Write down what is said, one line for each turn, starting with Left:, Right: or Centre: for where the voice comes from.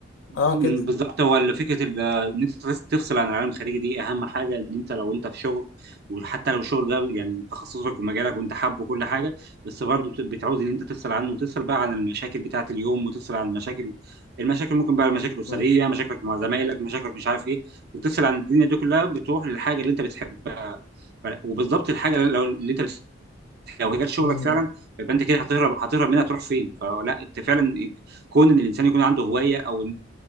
Left: اه
Right: مم،
Left: كده
Right: بالظبط هو ال- فكره ال- آه، ان انت تفص- تفصل عن العالم الخارجي دي اهم حاجه ان انت لو انت في شغل وحتى لو الشغل ده يعني تخصصك ومجالك وانت حابه وكل حاجه بس برضه بت- بتعوز ان انت تفصل عنه وتفصل بقى عن المشاكل بتاعه اليوم وتفصل عن المشاكل المشاكل ممكن بقى المشاكل الاسريه
Left: مم.
Right: مشاكلك مع زمايلك مشاكلك مش عارف ايه وتفصل عن الدنيا دي كلها بتروح للحاجه اللي انت بتحبها ف- وبالظبط الحاجه اللي لو اللي انت بتحبها لو هي جت شغلك
Left: مم.
Right: فعلا يبقى انت كده هتهرب هتهرب منها تروح فين فلا انت فعلا كون ان الانسان يكون عنده هوايه او